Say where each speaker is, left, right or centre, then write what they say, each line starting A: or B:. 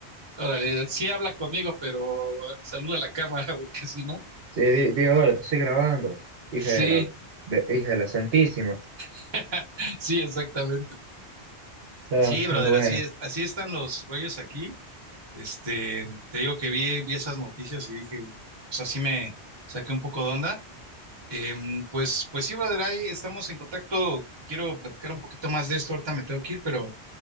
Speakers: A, on the right; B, on the right.
A: órale, sí habla conmigo, pero saluda a la cámara, <laughs> porque si no,
B: Sí, di, di, hola, te estoy grabando,
A: sí,
B: hija de la, de- hija de la Santísima.
A: <laughs> sí, exactamente.
B: No,
A: Sí,
B: <laughs>
A: brother,
B: pero bueno.
A: así es, así están los rollos aquí. Este, te digo que vi, vi esas noticias y dije, pues así me saqué un poco de onda. Em, pues, pues sí, brother, ahí estamos en contacto. Quiero platicar un poquito más de esto, ahorita me tengo que ir, pero